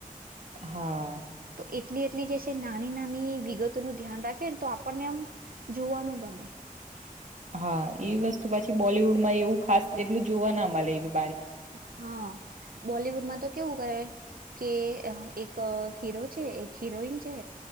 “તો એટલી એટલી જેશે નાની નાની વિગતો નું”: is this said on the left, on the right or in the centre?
Right